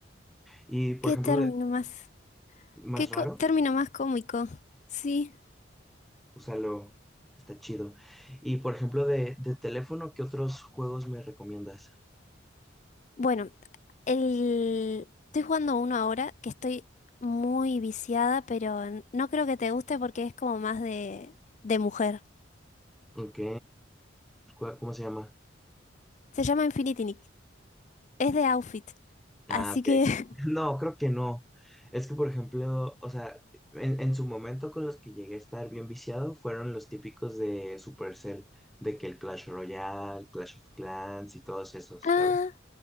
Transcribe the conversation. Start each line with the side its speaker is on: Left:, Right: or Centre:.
Centre: Y por
Left: ¿Qué
Centre: ejemplo,
Left: término
Centre: de,
Left: más?
Centre: más
Left: ¿Qué
Centre: raro,
Left: co- término más cómico? Sí.
Centre: úsalo, está chido. Y por ejemplo, de, de teléfono, ¿qué otros juegos me recomiendas?
Left: Bueno, el... estoy jugando uno ahora que estoy muy viciada, pero n- no creo que te guste porque es como más de, de mujer.
Centre: Ok. ¿Cuál- ¿Cómo se llama?
Left: Se llama Infinity Nick. Es de outfit,
Centre: Ah,
Left: así
Centre: ok.
Left: que... <laughs>
Centre: <laughs> No, creo que no. Es que, por ejemplo, o sea, en, en su momento con los que llegué a estar bien viciado fueron los típicos de Supercell, de que el Clash Royale, Clash of Clans y todos esos,
Left: Ah,
Centre: ¿sabes?